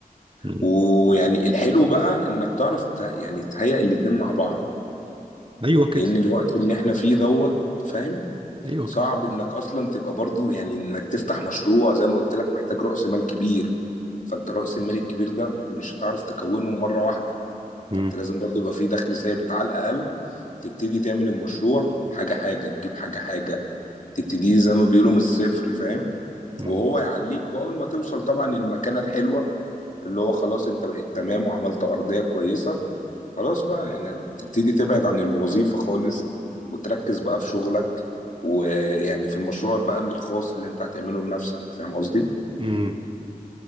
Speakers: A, on the right (about 35°); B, on the left (about 55°).
A: مم.
B: ويعني الحلو بقى انك تعرف ت- يعني تهيئ الاتنين مع بعض
A: ايوه كده
B: لان الوقت اللي احنا فيه دوت فاهم
A: ايوه
B: صعب
A: كده
B: انك اصلا تبقى برضو يعني انك تفتح مشروع زي ما قلت لك محتاج رأس مال كبير فانت رأس المال الكبير ده مش هتعرف تكونه مرة واحدة
A: مم.
B: فانت لازم برضو يبقى فيه دخل ثابت على الاقل تبتدي تعمل المشروع حاجة حاجة تجيب حاجة حاجة تبتدي زي ما بيقولوا من الصفر فاهم
A: مم.
B: وهو يعليك واول ما توصل طبعا للمكانة الحلوة اللي هو خلاص انت بقيت تمام وعملت ارضية كويسة خلاص بقى يعني تبتدي تبعد عن الوظيفة خالص وتركز بقى في شغلك ويعني في المشروع بقى الخاص اللي انت هتعمله لنفسك فاهم قصدي؟
A: مم.